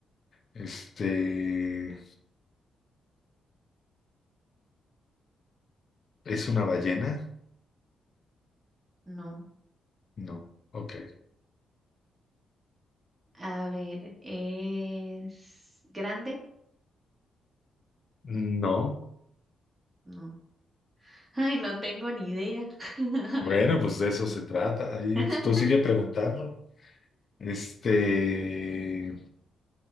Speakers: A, on the left (about 55°); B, on the right (about 30°).
A: Este, ¿es una ballena?
B: no.
A: No. Ok.
B: A ver, ¿es grande?
A: No.
B: No. <laughs> Ay, no tengo ni idea. <laughs> A
A: Bueno, pues
B: ver, no
A: de eso
B: sé.
A: se trata. Ahí
B: <laughs>
A: tú sigue preguntando. Este,